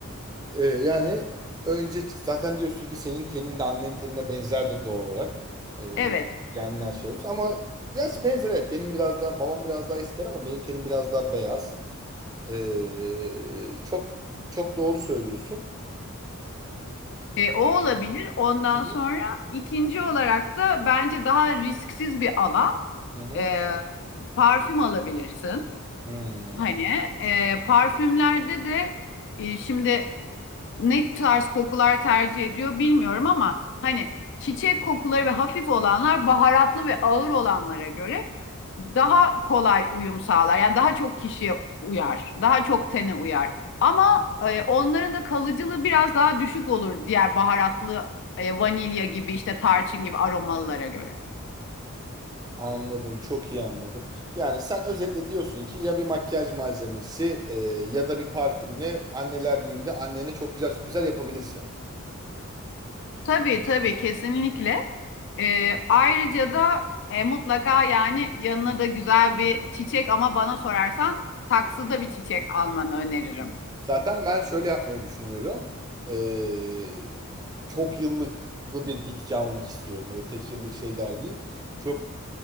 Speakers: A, on the right (about 15°); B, on the left (about 55°).
A: Ee, yani önce zaten diyorsun ki senin tenin de annenin tenine benzerdir doğal olarak. Ee,
B: Evet.
A: genler şey olursa ama gerçi benzer evet. Benim biraz daha babam biraz daha esmer ama benim tenim biraz daha beyaz. Ee, çok çok doğru söylüyorsun.
B: E, o olabilir. Ondan
A: Hı
B: sonra ikinci olarak da bence daha risksiz bir alan
A: hı.
B: e, parfüm alabilirsin.
A: Hmm.
B: Hani e, parfümlerde de e, şimdi ne tarz kokular tercih ediyor bilmiyorum ama hani çiçek kokuları ve hafif olanlar baharatlı ve ağır olanlara göre daha kolay uyum sağlar. Yani daha çok kişiye uyar, daha çok tene uyar. Ama e, onların da kalıcılığı biraz daha düşük olur diğer baharatlı e, vanilya gibi işte tarçın gibi aromalılara göre.
A: Anladım, çok iyi anladım. Yani sen özetle diyorsun ki ya bir makyaj malzemesi e, ya da bir parfümle anneler gününde annene çok güzel sürprizler yapabilirsin.
B: Tabii tabii kesinlikle. Ee, ayrıca da e, mutlaka yani yanına da güzel bir çiçek ama bana sorarsan saksıda bir çiçek almanı öneririm.
A: Zaten ben şöyle yapmayı düşünüyorum. Ee, çok yıllıklı bir bitki almak istiyorum. Öyle tek yıllık şeyler değil. Çok